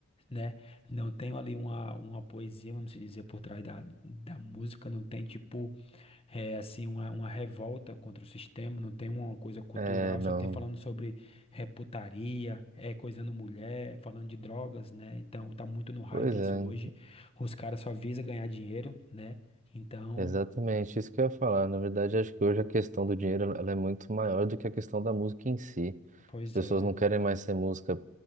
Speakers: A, on the left; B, on the right.
A: né, não tem ali uma, uma poesia, vamos dizer, por trás da, da música, não tem, tipo, é assim, uma, uma revolta contra o sistema, não tem uma coisa cultural,
B: É, não.
A: só tem falando sobre é, putaria, é coisa no mulher, falando de drogas, né? Então tá muito no hype
B: Pois é,
A: isso hoje. Os caras só visam ganhar dinheiro, né? Então,
B: exatamente isso que eu ia falar. Na verdade, acho que hoje a questão do dinheiro ela é muito maior do que a questão da música em si.
A: pois
B: As pessoas
A: é.
B: não querem mais ser música,